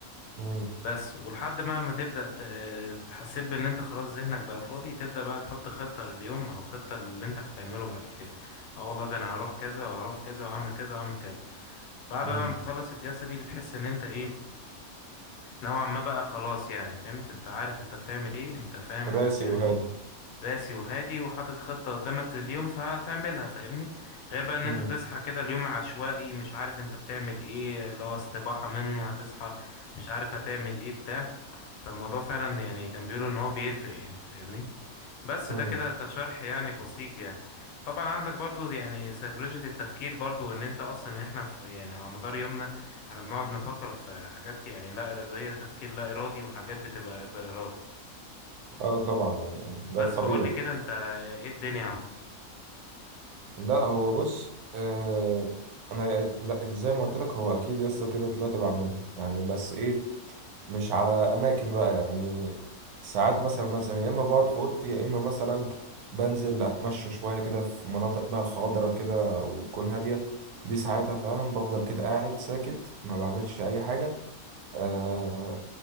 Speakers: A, on the right; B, on the left.
A: مم.
B: بس ولحد ما ما تبدأ ت- تحسب ان انت خلاص ذهنك بقى فاضي تبدأ بقى تحط خطة لليوم او خطة اللي انت هتعمله بعد كده اه والله ده انا هروح كذا وهروح كذا وهعمل كذا وهعمل كذا بعد
A: مم.
B: ما بتخلص الجلسة دي بتحس ان انت ايه نوعا ما بقى خلاص يعني فهمت انت عارف انت بتعمل ايه انت فاهم انت
A: راسي
B: هتعمل
A: وهادي
B: ايه راسي وهادي وحاطط خطة قدامك لليوم فهتعملها فاهمني غير بقى ان
A: مم.
B: انت تصحى كده اليوم عشوائي مش عارف انت بتعمل ايه اللي هو استباحة منه هتصحى مش عارف هتعمل ايه بتاع فالموضوع فعلا يعني كان بيقولوا ان هو بيفرق يعني فاهمني بس
A: مم.
B: ده كده كشرح يعني بسيط يعني طبعا عندك برضو يعني سيكولوجية التفكير برضو ان انت اصلا احنا في يعني على مدار يومنا احنا بنقعد نفكر في حاجات يعني لا ارادية تفكير لا ارادي وحاجات بتبقى بارادي
A: اه طبعا يعني ده
B: بس
A: الطبيعي
B: فقول لي كده انت ايه الدنيا عم
A: لا هو بص آه انا لا زي ما قلت لك هو اكيد يسطا كده طلعت بعملها يعني بس ايه مش على اماكن بقى يعني ساعات مثلا مثلا يا اما بقعد في اوضتي يا اما مثلا بنزل اتمشى شويه كده في مناطق بقى خضرة كده وتكون هاديه دي ساعتها فعلا بفضل كده قاعد ساكت ما بعملش اي حاجه آه